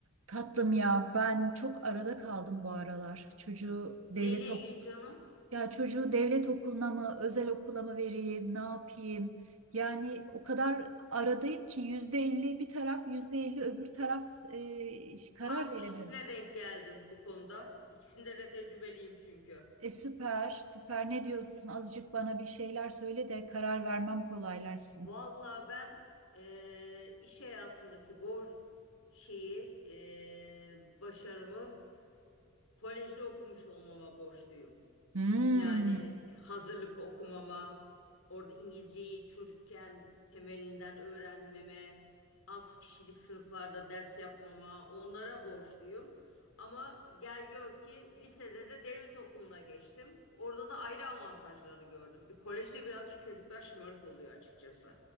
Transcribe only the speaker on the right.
Tatlım ya ben çok arada kaldım bu aralar. Çocuğu devlet
ok
ya çocuğu devlet okuluna mı özel okula mı vereyim ne yapayım? Yani o kadar aradayım ki yüzde elli bir taraf yüzde elli öbür taraf e, karar
veremiyorum.
E süper süper ne diyorsun? Azıcık bana bir şeyler söyle de karar vermem kolaylaşsın.
Hmm,